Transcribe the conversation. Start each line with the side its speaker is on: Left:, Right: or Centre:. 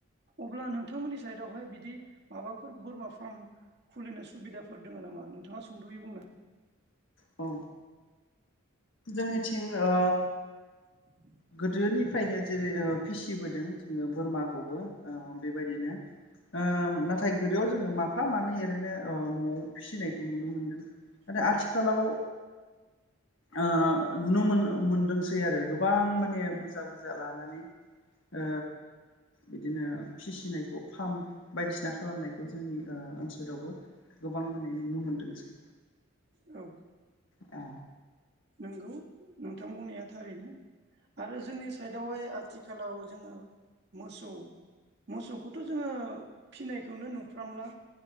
Right: अब्ला नोंथांमोननि साइदआवहाय बिदि माबाफोर बोरमा फार्म खुलिनो सुबिदाफोर दङ' नामा नोंथाङा सुंद'यै बुंनो
Left: औ। जोंनिथिं ओ
Right: <inaudible>
Left: गोदोनिफ्रायनो जेरै ओ फिसिबोदों जोङो बोरमाखौबो ओ बेबायदिनो ओ नाथाय गोदोआव जोङो माफा मानै ओरैनो ओ न'आव फिसिनायखौ नुनो मोनदों आरो
Right: औ
Left: आथिखालाव ओ नुनो मोनदों मोनदोंसै आरो गोबां माने बुरजा बुरजा लानानै ओ बिदिनो फिसिनायखौ फार्म बायदिसिना खालामनायखौ जोंनि ओ ओनसोलावबो गोबां माने नुनो मोनदोंसै
Right: औ।
Left: औ।
Right: नंगौ नोंथां बुंनाया थारैनो आरो जोंनि साइडआवहाय आथिखालाव जोङो मोसौ मोसौखौथ' जोङो फिनायखौनो नुफ्रामला